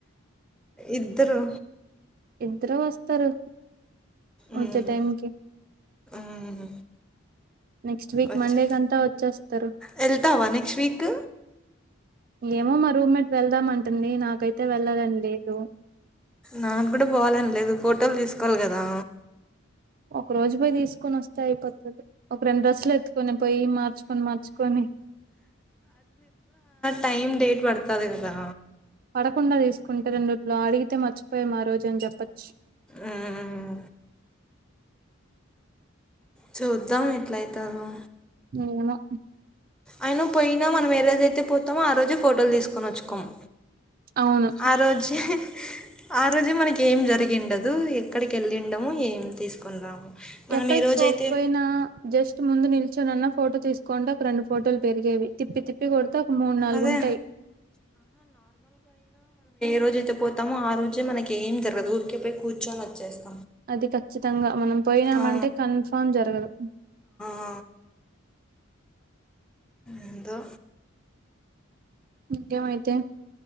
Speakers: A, in the centre; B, on the right.
A: ఇద్దరు
B: ఇద్దరు వస్తరు వచ్చే
A: మ్మ్
B: టైంకి
A: మ్మ్
B: నెక్స్ట్ వీక్
A: వచ్చే
B: మండే కంతా వచ్చేస్తరు
A: వెళ్తావా నెక్స్ట్ వీక్
B: ఏమో మా రూమ్మేట్ వెళ్దామంటుంది నాకైతే వెళ్ళాలని లేదు.
A: నాకు కూడా పోవాలనిలేదు ఫోటోలు తీసుకోవాలి కదా.
B: ఒక రోజు పోయి తీసుకొని వస్తే అయిపోతది ఓక్ రెండు రోజులు ఎత్తుకొని పోయి మార్చుకొని మార్చుకొని
A: టైమ్ డేట్ పడుతది కదా
B: ప్పకుండా తీసుకుంట రెండిట్లో అడిగితే మచ్ పోయాం ఆ రోజు అని చెప్పొచ్చు
A: మ్మ్. చూద్దాం ఎట్లయితదో
B: ఏమో
A: అయిన పోయినా మనం ఏ రోజైతే పోతామో ఆ రోజే ఫోటోలు తీసుకొని వచ్చుకోము
B: అవును
A: ఆరోజే ఆ రోజే మనకి ఏం జరిగిండదు ఎక్కడికి వెళ్ళిండము ఏం తీసుకుని రాము మనం
B: ఎక్కడికి
A: ఏ రోజైతే
B: పోకపోయినా జస్ట్ ముందు నిలిచ చోనన్న ఫోటో తీసుకోంటే ఒక రెండు ఫోటోలు పెరిగేవి తిప్పి తిప్పి కొడితే ఒక మూడు నాలుగు
A: అదే
B: ఉంటాయి
A: రోజయితే పోతాో ఆ రోజే మనకి ఏం జరగదు ఊరికిపోయి కూర్చొని వచ్చేస్తాం
B: అది ఖచ్చితంగా మనం పోయినామంటే
A: ఆ
B: కన్ఫామ్ జరగదు
A: ఆ ఏందో
B: ఇంకేమైతే